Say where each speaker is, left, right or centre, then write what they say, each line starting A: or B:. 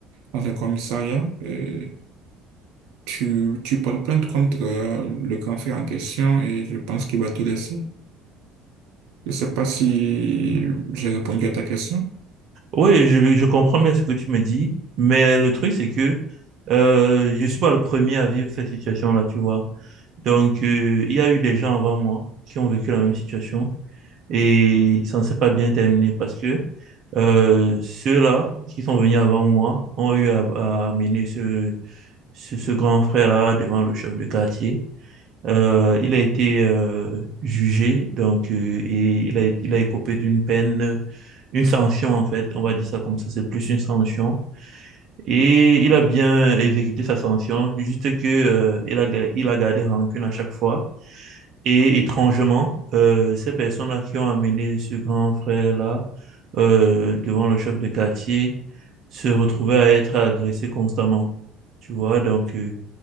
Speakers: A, on the right; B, on the right.
A: dans un commissariat. Euh, tu, tu portes plainte contre euh, le grand frère en question et je pense qu'il va te laisser. Je ne sais pas si j'ai répondu à ta question.
B: Oui, je, je comprends bien ce que tu me dis, mais le truc, c'est que euh, je suis pas le premier à vivre cette situation-là, tu vois. Donc, euh, il y a eu des gens avant moi qui ont vécu la même situation. Et ça ne s'est pas bien terminé parce que euh, ceux-là qui sont venus avant moi ont eu à, à amener ce, ce, ce grand frère-là devant le chef de quartier. Euh, il a été euh, jugé donc, euh, et il a, il a écopé d'une peine, une sanction en fait, on va dire ça comme ça, c'est plus une sanction. Et il a bien exécuté sa sanction, juste que euh, il a, il a gardé rancune à chaque fois. Et étrangement, euh, ces personnes-là qui ont amené ce grand frère-là euh, devant le chef de quartier se retrouvaient à être agressées constamment. Tu vois, donc euh,